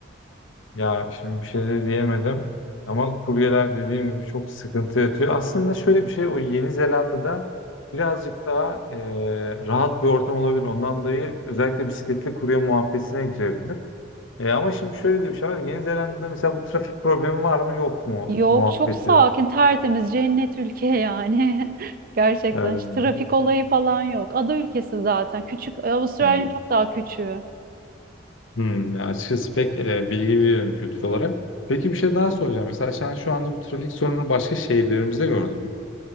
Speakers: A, on the left; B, on the right.
A: Ya şimdi bir şey de diyemedim. Ama kuryeler dediğim gibi çok sıkıntı yatıyor. Aslında şöyle bir şey o Yeni Zelanda'da birazcık daha e, rahat bir ortam olabilir. Ondan dolayı özellikle bisikletli kurye muhabbetine girebilir. E, ama şimdi şöyle de bir şey var. Yeni Zelanda'da mesela bu trafik problemi var mı yok mu
B: Yok
A: muhabbeti.
B: çok sakin, tertemiz, cennet ülke yani. <laughs> Gerçekten
A: Yani,
B: hiç trafik olayı falan yok. Ada ülkesi zaten. Küçük, Avustralya'nın
A: Hı.
B: çok daha küçüğü.
A: Hmm, ya açıkçası pek e, bilgi veririm kültür olarak. Peki bir şey daha soracağım. Mesela sen şu anda bu trafik sorunu başka şehirlerimizde gördün mü?